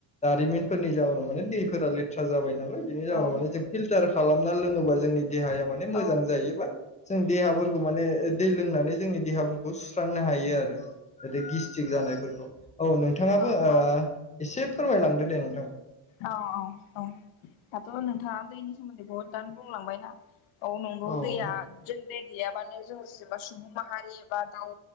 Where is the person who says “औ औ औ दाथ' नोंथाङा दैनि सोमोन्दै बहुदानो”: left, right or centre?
Left